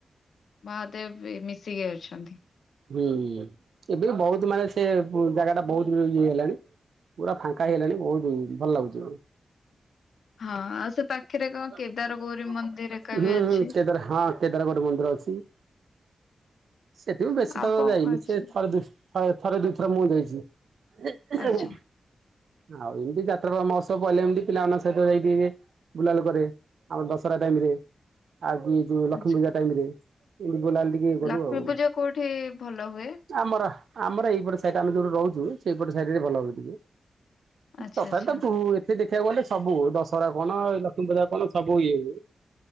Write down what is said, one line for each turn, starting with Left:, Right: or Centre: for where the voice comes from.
Left: ମହାଦେବ ବି ମିଶିକି ଅଛନ୍ତି।
Right: ହୁଁ ହୁଁ ଏବେ ବହୁତ ମାନେ ସେ ଜାଗା ଟା ବହୁତ ଇଏ ହେଲାଣି। ପୁରା ଫାଙ୍କା ହେଇଗଲାଣି ବହୁତ ଭଲ ଲାଗୁଛି ଏବେ।
Left: ହଁ ଆଉ ସେ ପାଖରେ
Right: <unintelligible>
Left: କଣ କେଦାର ଗୌରୀ ମନ୍ଦିର ଏକା
Right: ହୁଁ
Left: ବି ଅଛି।
Right: ହୁଁ କେଦାର ହଁ। କେଦାରଗଡ଼ ମନ୍ଦିର ଅଛି। ସେଠି ମୁଁ ବେଶୀ
Left: ଆଉ
Right: ସମୟ
Left: କଣ
Right: ଯାଇନି
Left: କଣ ଅଛି
Right: ସେ ଥରେ ଦୁ ଥରେ ଦୁଇ ଥର ମୁଁ ଯାଇଛି।
Left: ଆଚ୍ଛା
Right: ଆଉ ଏମିତି ଯାତ୍ରା ମୋହତ୍ସବ ପଡ଼ିଲେ ଏମିତି ପିଲାମାନଙ୍କ ସହିତ ଯାଇ ଟିକେ ବୁଲାବୁଲି କରେ ଆମର ଦଶହରା ଟାଇମରେ। ଆଉ କି ଯୋଉ ଲକ୍ଷ୍ମୀ
Left: ଆଚ୍ଛା।
Right: ପୂଜା ଟାଇମରେ ଏମିତି ବୁଲାବୁଲି ଟିକେ କରୁ
Left: ଲକ୍ଷ୍ମୀ
Right: ଆଉ।
Left: ପୂଜା କୋଉଠି ଭଲ ହୁଏ?
Right: ଆମର ଆମର ଏଇପଟେ ସାଇରେ ଆମେ ଯୋଉଠି ରହୁଛୁ। ସେଇପଟ ସାଇରେ ଭଲ ହୁଏ ଟିକେ।
Left: ଆଚ୍ଛା
Right: ତଥାପି
Left: ଆଚ୍ଛା
Right: ତ ଏଠି ଦେଖିବାକୁ ଗଲେ ସବୁ ଦଶହରା କଣ ଲକ୍ଷ୍ମୀପୂଜା କଣ ସବୁ ଇଏ ହୁଏ।